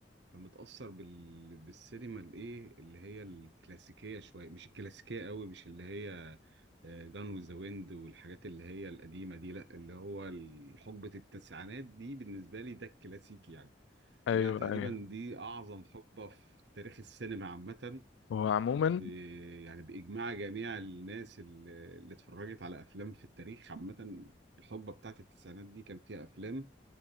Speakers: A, on the right; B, on the left.
A: فمتأثر بال... بالسينما الإيه اللي هي الكلاسيكية شوية مش الكلاسيكية قوي مش اللي هي جان وذ ذا ويند والحاجات اللي هي القديمة دي لأ اللي هو ال- حقبة التسعينات دي بالنسبة لي ده الكلاسيكي يعني
B: ايوه
A: اللي هي تقريبا
B: ايوه
A: دي أعظم حقبة في تاريخ السينما عامة
B: هو عموما
A: ب... يعني بإجماع جميع الناس اللي, اللي اتفرجت على أفلام في التاريخ عامة الحقبة بتاعت التسعينات دي كان فيها أفلام